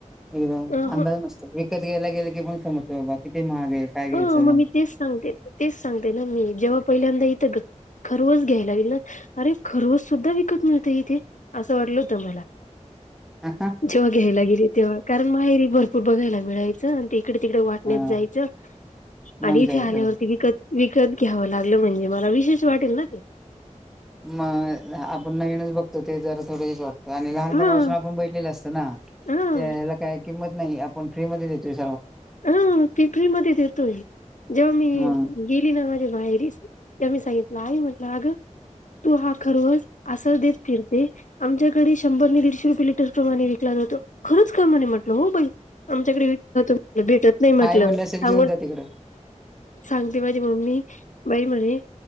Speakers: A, in the centre; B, on the left (about 75°).
A: एकदम
B: अ
A: अंदाजा
B: ह
A: नसतं. विकत घेयला गेलं की म समजतो बा किती महाग आहे काय घ्यायचं
B: हा
A: म्हणलं
B: म मी तेच सांगते, तेच सांगते ना मी, जेव्हा पहिल्यांदा इथं ग ख रोज घ्यायला गेलो अरे खरवस सुद्धा विकत मिळतो इथे असं वाटलं होत मला,
A: तर.
B: जेव्हा घ्यायला गेली तेव्हा, कारण माहेरी भरपूर बघायला मिळायचं, आणि ते इकडे तिकडे वाटण्यात
A: हा
B: जायचं
A: मग
B: आणि इथे
A: काय
B: आल्यावरती
A: तर
B: विकत विकत घ्यावं लागलं म्हणजे मला विशेष वाटेल ना ते
A: मग आपण नवीनच बघतो ते जरा थोडं हेच वाट तं आणि लहानपणापासून
B: हा
A: आपण बघीतलेले असतं ना त्याला
B: हा
A: काही किंमत नाही आहे आपण फ्री मध्ये देतोयच
B: हा ते फ्री मध्ये देतोय. जेव्हा मी
A: मग
B: गेली ना माझ्या माहेरी तेव्हा मी सांगितलं आई म्हटलं अगं तू हा खरवस असं देत फिरते आमच्याकडे शंभर न दीडशे रुपये लिटर प्रमाणे विकला जातो खरचं का म्हणे म्हटलं हो बाई आमच्याकडे विकला जातो. भेटत नाही म्हटलं
A: आई म्हणले असेल
B: सांगून
A: घेऊन जा तिकडं
B: सांगते माझी मम्मी बाई म्हणे